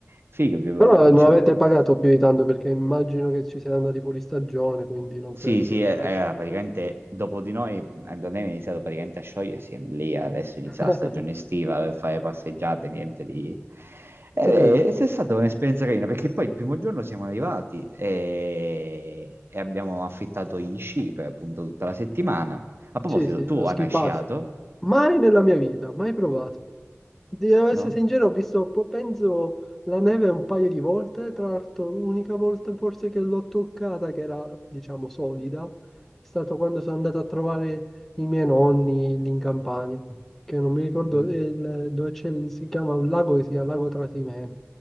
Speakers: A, on the right; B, in the centre.
A: figo,
B: Però non
A: ci
B: avete
A: hanno dato...
B: pagato più di tanto perché immagino che ci siete andati fuori stagione, quindi non
A: Sì,
B: credo
A: sì,
B: che...
A: era praticamente dopo di noi, Andronema è iniziato praticamente a sciogliersi, e lì adesso inizia
B: <laughs>
A: la stagione
B: Ho
A: estiva per fare passeggiate, niente di... Ed
B: capito.
A: è, è stata un'esperienza carina, perché poi il primo giorno siamo arrivati e, e abbiamo affittato gli sci per appunto tutta la settimana. A proposito,
B: Sì, sì,
A: tu
B: lo
A: hai
B: ski
A: mai
B: pass.
A: sciato?
B: Mai nella mia vita, mai provato. Devo
A: No?
B: essere sincero, ho visto, un po- penso, la neve un paio di volte, tra l'altro l'unica volta forse che l'ho toccata, che era, diciamo, solida, è stato quando sono andato a trovare i miei nonni lì in Campania, che non mi ricordo
A: Mm,
B: eh, il- dove c'è, il- si chiama un lago che si chiama Lago Trasimeno.